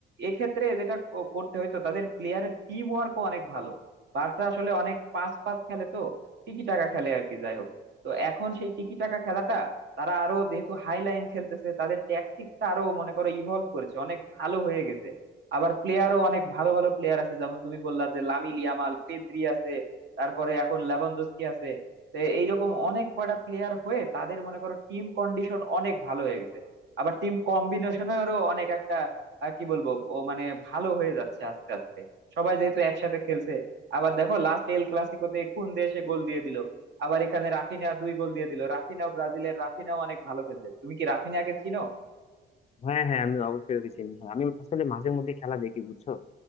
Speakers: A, on the right; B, on the left.
A: এক্ষেত্রে যেটা ক- করতে হয়তো তাদের প্লেয়ারের টিম ওয়ার্কও অনেক ভালো বার্সা আসলে অনেক পাস পাস খেলে তো টিকি টাকা খেলে আর কি যাই হোক তো এখন সেই টিকি টাকা খেলাটা তারা আরো যেহেতু হাই লাইন খেলতেছে তাদের ট্যাকটিক্সটা আরো মনে করো ইভলভ করেছে অনেক ভালো হয়ে গেছে আবার প্লেয়ারও অনেক ভালো ভালো প্লেয়ার আছে যেমন তুমি বললা যে লামিল ইয়ামাল পেদ্রি আছে তারপরে এখন লেভানডস্কি আছে তো এইরকম অনেক কয়টা প্লেয়ার হয়ে তাদের মনে করো টিম কন্ডিশন অনেক ভালো হয়ে গেছে আবার টিম কম্বিনেশনেরও অনেক একটা আহ, কি বলবো ও মানে ভালো হয়ে যাচ্ছে আস্তে আস্তে সবাই যেহেতু একসাথে খেলছে আবার দেখো লাস্ট এল ক্লাসিকোতে কোন দেশে গোল দিয়ে দিল আবার এখানে রাফিনা দুই গোল দিয়ে দিল রাফিনাও ব্রাজিলের রাফিনাও অনেক ভালো খেলছে তুমি কি রাফিনাকে চিনো
B: হ্যাঁ হ্যাঁ আমি অবশ্যই ওকে চিনি হ্যাঁ আমি আসলে মাঝে মধ্যে খেলা দেখি বুঝছো